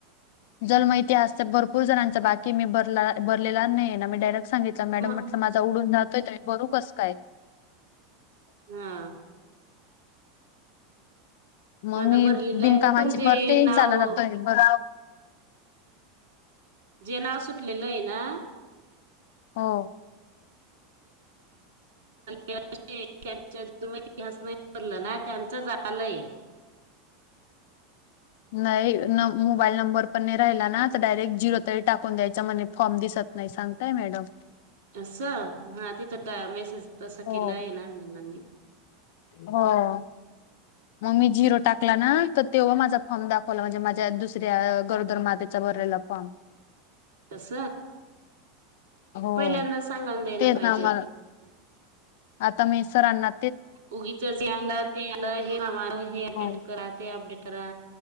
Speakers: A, on the left; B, on the right.
A: जर माहिती असत भरपूर जणांच बाकी मी बर बरलेला नाही ना मी डायरेक्ट सांगितलं मॅडम
B: म
A: म्हटलं माझ उडून जातोय आणि बरू कस काय
B: हा
A: मग
B: माझं
A: मी
B: भरलेलं
A: बिनकामाची
B: आहे पण जे
A: परती
B: नाव
A: झाला जातोय बघ
B: जे नाव सुटलेलं आहे ना
A: हा
B: च्या इतिहास नाही भलं ना त्यांचं झालंय
A: नाही न मोबाईल नंबर पण नाही राहिला नाच डायरेक्ट झिरो तरी टाकून द्यायचा म्हणे फॉर्म दिसत नाही सांगताय मॅडम
B: असं हा तिथं मेसेज तसं
A: हो.
B: केलं आहे ना म म्हनी
A: हो. मग मी झिरो टाकला ना तर तेव्हा माझा फॉर्म दाखवला म्हणजे माझ्या दुसऱ्या गरोदर मातेचा भरलेला फॉर्म
B: तस
A: हो.
B: पहिल्यांदा सांगाून द्यायला
A: तेच
B: पाहिजे
A: ना मला आता मसरांना
B: उगीच जे आलं ते आलं हे हे अपडेट
A: हो,
B: करा ते अपडेट करा